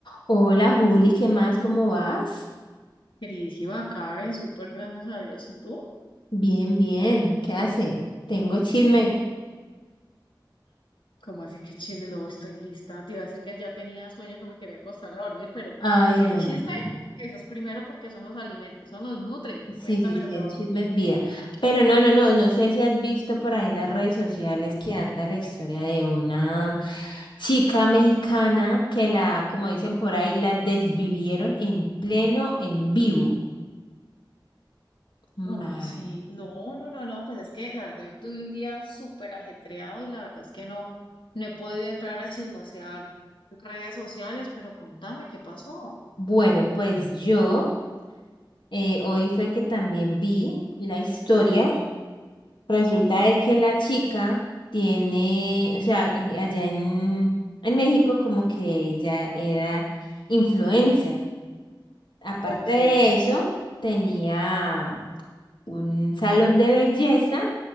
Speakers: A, on the left; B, on the left.
A: Hola Juli, ¿qué más? ¿Cómo vas?
B: Queridísima Karen, súper gracias a Dios. ¿Y tú?
A: Bien, bien. ¿Qué hace? Tengo chisme.
B: ¿Cómo así que chisme? No, estoy lista. Te iba a decir que ya tenía sueño que me quería acostar a dormir, pero
A: Ay,
B: si
A: no.
B: hay chisme,
A: no, no.
B: eso es primero porque eso nos alimenta, eso nos nutre.
A: Sí,
B: Cuéntamelo
A: sí, sí,
B: todo.
A: el chisme es vida. Pero no, no, no, no sé si has visto por ahí las redes sociales que anda la historia de una chica mexicana que la, como dicen por ahí, la desvivieron en pleno en vivo. Ma-
B: ¿Cómo así? No, no, no, no. Pues es que la verdad, hoy tuve un día súper ajetreado y la verdad es que no, no he podido entrar a chismosear redes sociales, pero contame qué pasó.
A: Bueno, pues yo eh, hoy fue que también vi la historia. Resulta de que la chica tiene, o sea, eh, allá en, en México como que ella era influencer. Aparte
B: Ok.
A: de eso, tenía un salón de belleza